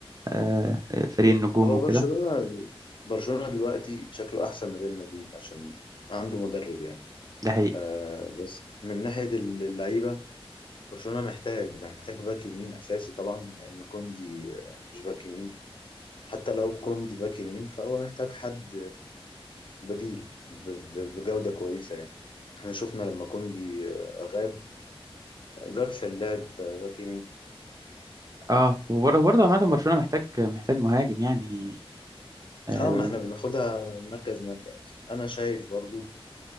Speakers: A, on the right (about 35°); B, on the left (about 55°).
A: آه، فريق النجوم
B: هو
A: وكده
B: برشلونة برشلونة دلوقتي شكله أحسن من ريال مدريد عشان عنده مدرب يعني
A: ده حقيقي
B: آه بس من ناحية اللعيبة برشلونة محتاج محتاج باك يمين أساسي طبعا لأن كوندي آه، مش باك يمين حتى لو كوندي باك يمين فهو محتاج حد بديل ب- ب- بجودة كويسة يعني احنا شفنا لما كوندي آه، غاب جارسيا لعب آه، باك يمين
A: اه وبر- وبرضه عامة برشلونة محتاج محتاج مهاجم يعني آه،
B: اه ما احنا بناخدها مركز مركز انا شايف برضو